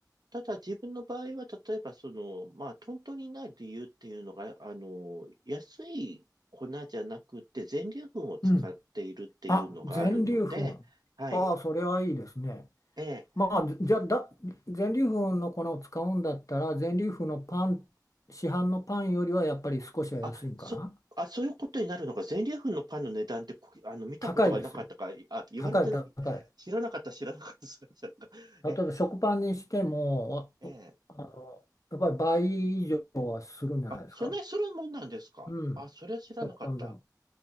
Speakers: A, on the right (about 70°); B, on the left (about 50°).
A: ただ自分の場合は、例えばその、まあ、トントンになる理由っていうのが、あの、安い粉じゃなくて、全粒粉を使っているっていうのがあるので、
B: うん。あ、全粒粉。
A: はい。
B: はあ、それはいいですね。
A: ええ。
B: まあ、じゃあだ、全粒粉の粉を使うんだったら、全粒粉のパン、市販のパンよりはやっぱり少しは安いんかな。
A: あ、そ、あ、そういうことになるのか、全粒粉のパンの値段って、こあの、見たことがなかったか、
B: 高いですよ。
A: あ、言われてない、
B: 高い、高い。
A: 知らなかった、知らなかった、知らなかった。
B: 例えば食パンにしても、
A: え、ええ。
B: ああの、やっぱり倍以上はするんじゃないですか。
A: あ、そんなにするもんなんですかあ、
B: うん。
A: それは知らなかった。
B: 食パンでも。